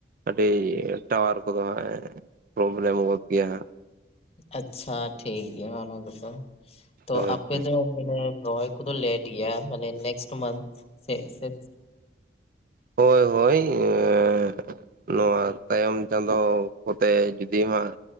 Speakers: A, on the right; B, on the left.
A: ᱟᱹᱰᱤ ᱴᱟᱣᱟᱨ ᱠᱚᱫᱚ ᱦᱟᱸᱜ ᱮ ᱯᱨᱚᱵᱽᱞᱚᱢ ᱜᱚᱫ ᱜᱮᱭᱟ ᱦᱟᱸᱜ᱾
B: ᱟᱪᱪᱷᱟ ᱴᱷᱤᱠ ᱜᱮᱭᱟ ᱚᱱᱟ ᱠᱚᱫᱚ᱾ ᱛᱚ
A: ᱦᱳᱭ
B: ᱟᱯᱮ
A: ᱦᱳᱭ
B: ᱫᱚ ᱢᱟᱱᱮ ᱨᱚᱦᱚᱭ ᱠᱚᱫᱚ ᱞᱮᱴ ᱜᱮᱭᱟ ᱢᱟᱱᱮ ᱱᱮᱠᱥᱴ ᱢᱟᱱᱛᱷ ᱥᱮᱜ ᱥᱮᱡ?
A: ᱦᱳᱭ ᱦᱳᱭ, ᱮᱸ ᱱᱚᱣᱟ ᱛᱟᱭᱚᱢ ᱪᱟᱸᱫᱚ ᱠᱚᱛᱼᱼ ᱛᱮ ᱡᱩᱫᱤ ᱦᱟᱸᱜ